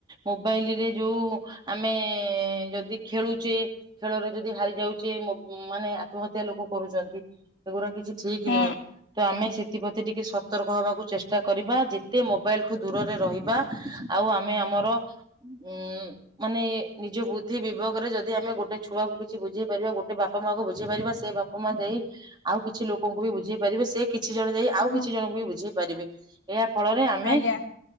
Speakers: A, on the right (about 25°); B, on the left (about 70°).
A: ମୋବାଇଲିରେ ଯଉ ଆମେ ଯଦି ଖେଳୁଚେ ଖେଳରେ ଯଦି ହାରି ଯାଉଚେ ମୋ-ମାନେ ଆତ୍ମହତ୍ୟା ଲୋକ କରୁଚନ୍ତି ଏଗୁରା କିଛି ଠିକି
B: ହୁଁ
A: ନୁହେଁ ତ ଆମେ ସେଥିପ୍ରତି ଟିକେ ସ ସତର୍କ ହବାକୁ ଚେଷ୍ଟା କରିବା ଯେତେ ମୋବାଇଲ୍ ଠୁ ଦୂରରେ ରହିବା ଆଉ ଆମେ ଆମର ଉଁ- ମାନେ ନିଜ ବୁଦ୍ଧି ବିବକରେ ଯଦି ଆମେ ଗୋଟେ ଛୁଆକୁ କିଛି ବୁଝେଇ ପାରିବା ଗୋଟେ ବାପା ମାକୁ ବୁଝେଇ ପାରିବା ସେ ବାପ୍ ମା ଯାଇ ଆଉ କିଛି ଲୋକଙ୍କୁ ବି ବୁଝେଇ ପାରିବେ ସେ କିଛି ଜଣ ଯାଇ ଆଉ
B: ହୁଁ
A: କିଛି ଜଣଙ୍କୁ ବି ବୁଝେଇ ପାରିବେ। ଏହାଫଳରେ ଆମେ
B: ଆଜ୍ଞା